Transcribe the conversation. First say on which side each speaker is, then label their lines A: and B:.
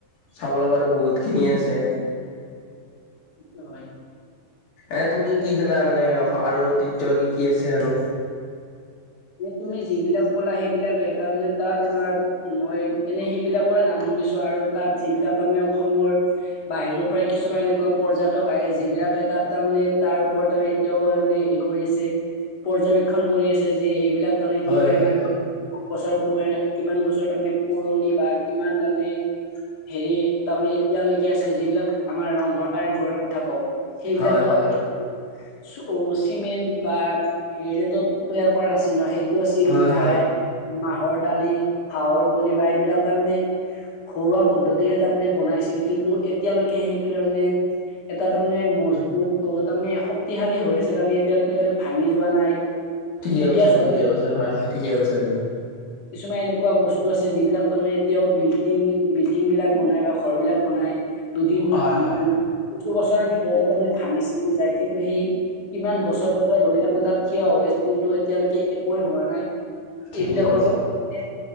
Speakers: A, on the left; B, on the left.
A: চাব লগাটো বহুত খিনি আছে।
B: সেইটো হয়।
A: এ, তুমি কি জানা মানে আৰু ঐতিহ্য কি কি আছে আৰু।
B: তুমি যিবিলাক কলা সেইবিলাকে তাৰমানে তাত আমাৰ মই এনে সেইবিলাকৰে নাম শুনিছো আৰু তাত যিবিলাক তাৰমানে অসমৰ বাহিৰৰ পৰাই কিছুমান এনেকুৱা এনেকুৱা পৰ্যটক আহে যি বিলাকে তাত তাৰমানে তাৰ ওপৰত তাৰে এতিয়াও তাৰমানে হেৰি কৰিছে পৰ্যবেক্ষন কৰি আছে যি এইবিলাক তাৰমানে
A: হয়
B: কিয়
A: হয়
B: ইমান
A: হয়
B: বছৰ <unintelligible> কিমান বছৰ তাৰমানে পুৰণি বা কিমান তাৰমানে হেৰি তাৰমানে এতিয়ালৈকে আছে যিবিলাক আমাৰ ৰংঘৰ কাৰেং ঘৰৰ কথা কওঁ। সেইবিলাকতো
A: হয় হয়
B: <unintelligible> অ চিমেণ্ট বা হেৰি তৈয়াৰ কৰা নাছিল সেইটো আছিল
A: হয়
B: দাই
A: হয়
B: মাহৰ দালি হাঁহৰ কণী বা এইবিলাক তাৰমানে ঘৰুৱা পদ্ধতিৰে তাৰমানে বনাইছিল কিন্তু এতিয়ালৈকে সেইটো তাৰমানে এটা তাৰমানে মজবুত তাৰমানে শক্তিশালী হৈ আছে তাৰমানে এতিয়ালৈকে তাৰ ভাঙি যোৱা নাই।
A: ঠিকে
B: এতিয়া
A: কৈছা
B: চোৱা
A: ঠিকে কৈছা হয় হয় ঠিকে কৈছা তুমি।
B: কিছুমান এনেকুৱা বস্তু আছে যিবিলাক তাৰমানে এতিয়াও বিল্ডিং বিল্ডিং বিলাক বনাই বা ঘৰ বিলাক বনাই। দুদিন
A: হয়
B: দুই
A: হয়
B: বছৰৰ ভিতৰতে তাৰমানে ভাঙি চিঙি যায় কিন্তু সেই কিমান বছৰ বছৰ ধৰি তাৰমানে তাত থিয় হৈ আছ কিন্তু এতিয়ালৈকে একোৱে হোৱা নাই।
A: ঠিকে
B: এইবিলাকৰ
A: কৈছে
B: ওপৰত।